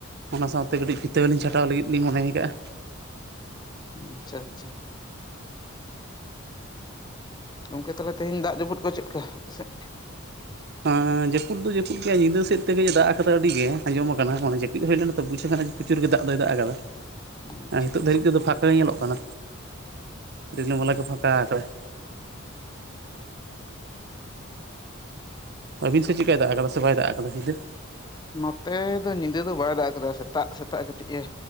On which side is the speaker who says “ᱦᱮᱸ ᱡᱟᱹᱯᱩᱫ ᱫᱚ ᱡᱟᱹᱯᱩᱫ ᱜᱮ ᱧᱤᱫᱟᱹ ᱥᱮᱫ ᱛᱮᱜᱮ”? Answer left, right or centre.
Right